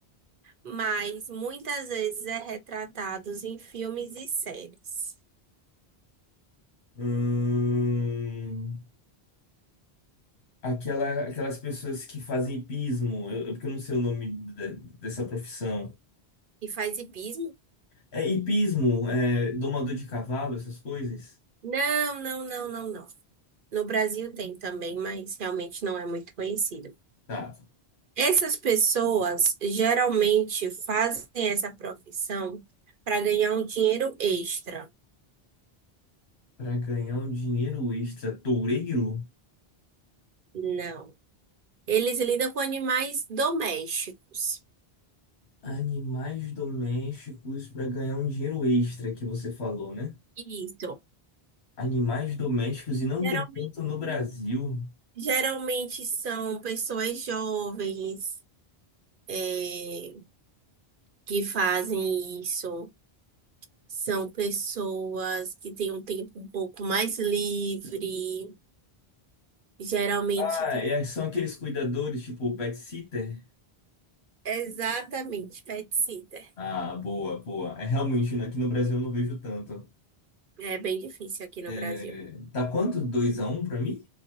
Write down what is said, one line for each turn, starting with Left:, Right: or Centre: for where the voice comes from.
Right: mas muitas vezes é retratados em filmes e séries.
Left: Hum, Aquela, aquelas pessoas que fazem hipismo, eu, eu- porque eu não sei o nome de- dessa profissão.
Right: E faz hipismo?
Left: É hipismo, é domador de cavalo, essas coisas.
Right: Não, não, não, não, não. No Brasil tem também, mas realmente não é muito conhecido.
Left: Tá.
Right: Essas pessoas geralmente fazem essa profissão para ganhar um dinheiro extra.
Left: Pra ganhar um dinheiro extra, toureiro?
Right: Não. Eles lidam com animais domésticos.
Left: Animais domésticos para ganhar um dinheiro extra que você falou, né?
Right: Isso.
Left: Animais domésticos e não
Right: Geralmente,
Left: tem tanto no Brasil.
Right: geralmente são pessoas jovens, é, que fazem isso. São pessoas que têm um tempo um pouco mais livre. Geralmente,
Left: Ah,
Right: tá...
Left: é, são aqueles cuidadores, tipo o pet sitter?
Right: Exatamente, pet sitter.
Left: Ah, boa, boa. É realmente, né, aqui no Brasil eu não vejo tanto.
Right: É bem difícil aqui no
Left: É,
Right: Brasil.
Left: tá quanto? dois a um pra mim?